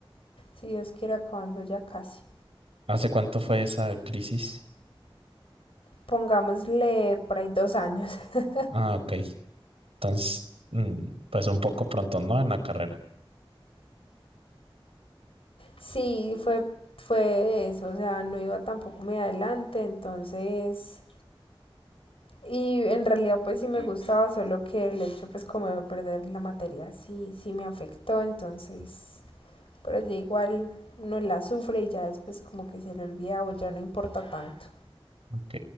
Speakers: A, on the left (about 70°); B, on the right (about 80°).
A: si Dios quiere acabando ya casi.
B: ¿Hace cuánto fue esa crisis?
A: Pongámosle por ahí dos años. <laughs>
B: Ah, ok. Entonces, mm, pues un poco pronto, ¿no? En la carrera.
A: Sí, fue, fue eso, o sea, no iba tampoco muy adelante, entonces Y en realidad pues sí me gustaba, solo que el hecho pues como de perder la materia sí, sí me afectó, entonces, pero ya igual uno la sufre y ya después como que se le olvida o ya no importa tanto.
B: Ok.